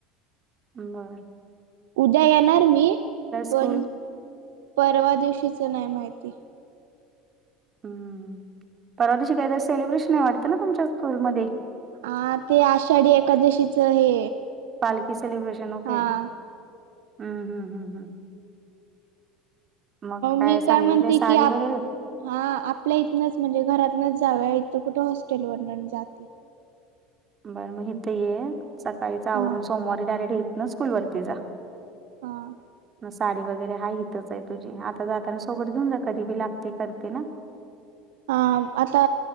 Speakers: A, on the right; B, on the right.
A: बरं.
B: उद्या येणार मी पण
A: स्कूल
B: परवा दिवशीच नाही माहिती.
A: हम् परवा दिशी काहीतरी सेलिब्रेशन आहे वाटतं ना तुमच्या स्कूलमध्ये.
B: अ ते आषाढी एकादशीच हे.
A: पालकी सेलब्रेशन होके
B: हा
A: हम हम हम हम, मग काय
B: मी
A: सांगितले
B: म्हणते
A: साडी
B: की आप
A: वगैरे.
B: हा आपल्या इथनंच म्हणजे घरातनच जाव्या इथं कुठे हॉस्टेल वरन जाती.
A: बरं मग इथं ये सकाळी जावरून
B: हा
A: सोमवारी डायरेक्ट येत ना स्कूल वरती जा.
B: ''हां''
A: मग साडी वगैरे हा हितच आहे तुझी, आता जाताना सोबत घेऊन जा कधी बी लागते करते ना.
B: अं आता